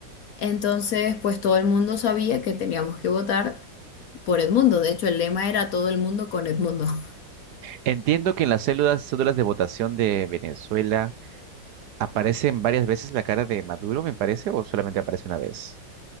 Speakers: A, on the left; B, on the right.
A: Entonces, pues todo el mundo sabía que teníamos que votar por Edmundo. De hecho, el lema era todo el mundo con Edmundo. <laughs>
B: Entiendo que en las células, cédulas de votación de Venezuela aparecen varias veces la cara de Maduro, me parece, o solamente aparece una vez.